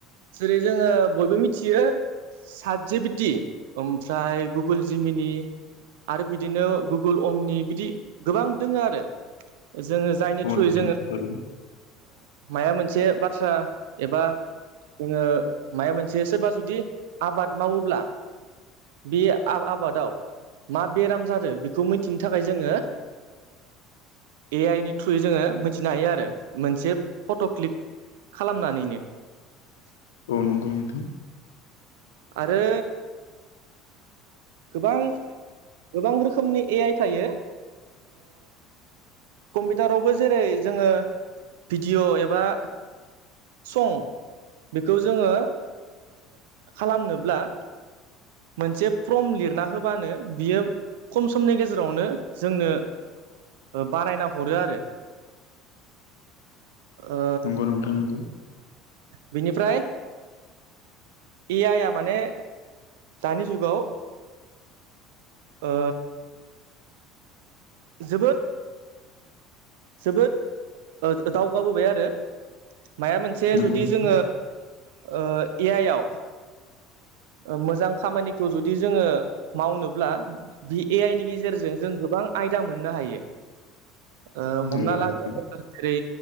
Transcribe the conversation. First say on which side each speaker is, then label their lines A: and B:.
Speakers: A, on the right (about 75°); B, on the left (about 85°).
A: जेरै जोङो बयबो मिथियो सादजेबिटि ओमफ्राय गुगोल जिमिनि आरो बिदिनो गुगोल अमनि बिदि गोबां दोङो आरो जोङो जायनि
B: औ
A: थ्रुयै
B: नोंथां
A: जोङो
B: थारैनो
A: माया मोनसे बाथ्रा एबा जोङो माया मोनसे सोरबा जुदि आबाद मावोब्ला बे आबादाव मा बेराम जादों बेखौ मिथिनो थाखाय जोङो ए आइ नि थ्रुयै जोङो मिथिनो हायो आरो मोनसे फट' क्लिक खालामनानैनो <inaudible>
B: औ नंगौ नोंथां
A: आरो गोबां गोबां रोखोमनि ए आइ थायो कम्पिउटारावबो जेरै जोङो भिडिय' एबा सं बेखौ जोङो खालामनोब्ला मोनसे फर्म लिरना होबानो बियो खम समनि गेजेरावनो जोंनो बानायना हरो आरो ओ
B: नंगौ नोंथां नंगौ
A: बिनिफ्राय ए आइ आ माने दानि जुगाव ओ जोबोद जोबोद दावगाबोबाय आरो माया मोनसे
B: नंगौ
A: जुदि
B: नोंथां
A: जोङो ए आइ आव मोजां खामानिखौ जुदि जोङो मावनोब्ला भि ए आइ नि गेजेरजों जों गोबां आयदा मोननो हायो हमना
B: नंगौ नोंथां
A: लागो जेरै